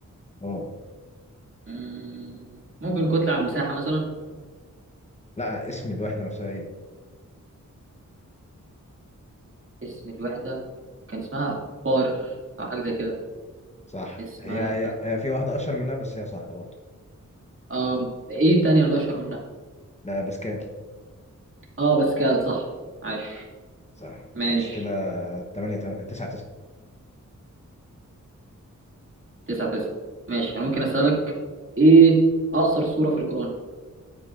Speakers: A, on the left; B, on the right.
A: اه
B: مم، ممكن كتلة على المساحة مثلا
A: لا اسم الوحدة نفسها ايه
B: اسم الوحدة كان اسمها بار أو حاجة زي كده
A: صح
B: اسمها
A: هي, هي, هي في واحدة اشهر منها بس هي صح برضه
B: اه ايه تانية اللي اشهر منها
A: ب- باسكال
B: اه باسكال صح عاش
A: صح ماشي
B: ماشي
A: كده 8 9 9
B: تسعة تسعة ماشي انا ممكن اسألك ايه اقصر سورة في القرآن